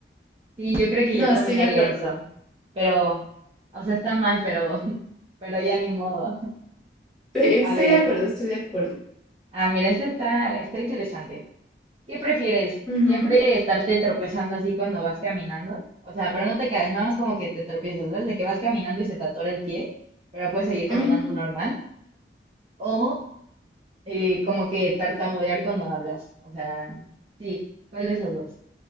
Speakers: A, on the right; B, in the centre.
A: Sí, yo creo que
B: No,
A: yo también
B: estoy de
A: haría
B: acuerdo,
A: eso. Pero, o sea, está mal, pero, <laughs> pero ya ni modo.
B: <laughs> estoy
A: A ver,
B: de acuerdo, estoy de acuerdo.
A: ah, mira, este está, está interesante. ¿Qué prefieres?
B: Ujú,
A: ¿Siempre estarte tropezando así cuando vas caminando? O sea, pero no te caes, nada más como que te tropiezas, ¿sabes? De que vas caminando y se te atora el pie, pero puedes seguir
B: ujú.
A: caminando normal. O eh, como que tartamudear cuando hablas. O sea, sí, ¿cuál de esos dos?